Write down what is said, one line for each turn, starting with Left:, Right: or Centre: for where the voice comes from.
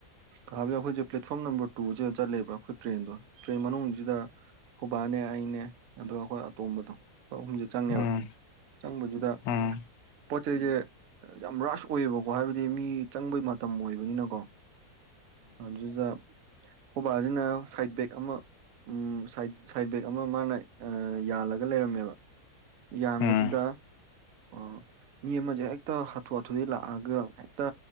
Right: ꯀꯥꯍꯕꯤꯌꯣ ꯑꯩꯈꯣꯏꯁꯦ ꯄ꯭ꯂꯦꯠꯐꯣꯔꯝ ꯅꯝꯕꯔ ꯇꯨꯁꯤꯗ ꯆꯠꯂꯦꯕ ꯑꯩꯈꯣꯏ ꯇ꯭ꯔꯦꯟꯗꯣ ꯇ꯭ꯔꯦꯟ ꯃꯅꯨꯡꯁꯤꯗ ꯈꯨꯕꯥꯅꯦ ꯑꯩꯅꯦ ꯑꯗꯨꯒ ꯑꯩꯈꯣꯏ ꯑꯇꯣꯝꯕꯗꯣ ꯂ ꯑꯍꯨꯝꯁꯦ ꯆꯪꯉꯦꯕ
Left: ꯎꯝ ꯎꯝ
Right: ꯆꯪꯕꯗꯨꯗ
Left: ꯎꯝ
Right: ꯄꯣꯠ ꯆꯩꯁꯦ ꯌꯥꯝ ꯔꯁ ꯑꯣꯏꯌꯦꯕꯀꯣ ꯍꯥꯏꯕꯗꯤ ꯃꯤ ꯆꯪꯕꯩ ꯃꯇꯝ ꯑꯣꯏꯕꯅꯤꯅꯀꯣ ꯖꯤꯗ ꯍꯕꯁꯤꯅ ꯁꯥꯏꯠ ꯕꯦꯛ ꯑꯃ ꯎ ꯁꯥꯏꯠ ꯕꯦꯦꯛ ꯑꯃ ꯃꯥꯅ ꯌꯥꯜꯂꯒ ꯂꯩꯔꯝꯃꯦꯕ ꯌꯥꯝꯕꯁꯤꯗ
Left: ꯎꯝ ꯎꯝ
Right: ꯑꯣ ꯃꯤ ꯑꯃꯁꯦ ꯍꯦꯛꯇ ꯍꯥꯊꯨ ꯍꯥꯊꯨꯗꯩ ꯂꯥꯛꯑꯒ ꯍꯦꯛꯇ